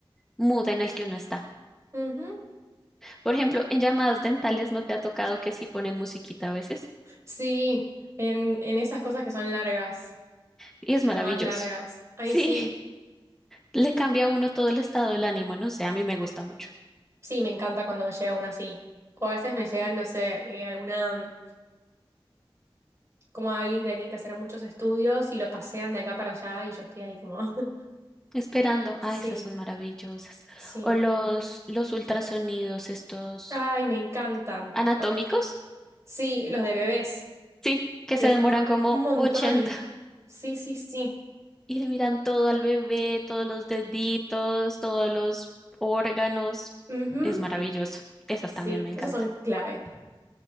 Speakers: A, in the centre; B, on the right.
A: mood en el que uno está.
B: Ujú.
A: Por ejemplo, en llamadas dentales no te ha tocado que sí ponen musiquita a veces
B: Sí, en, en esas cosas que son largas,
A: y es maravilloso.
B: llamadas largas. Ay,
A: Sí.
B: sí.
A: Le cambia a uno todo el estado del ánimo, no sé, a mí me gusta mucho.
B: Sí, me encanta cuando me llega una así. O a veces me llegan, no sé, eh, alguna, como a alguien que le tienen que hacer muchos estudios y lo pasean de acá para allá y yo estoy ahí como. <laughs>
A: Esperando,
B: Sí,
A: ah, esas son maravillosas.
B: sí.
A: O los, los ultrasonidos, estos
B: Ay, me encantan.
A: anatómicos,
B: Sí, los de bebés,
A: sí, que
B: que
A: se
B: es
A: demoran como
B: un montón.
A: 80 <laughs>
B: Sí, sí, sí.
A: y le miran todo al bebé, todos los deditos, todos los órganos.
B: Ujú,
A: Es maravilloso. Esas
B: Sí,
A: también me encantan.
B: esos son clave.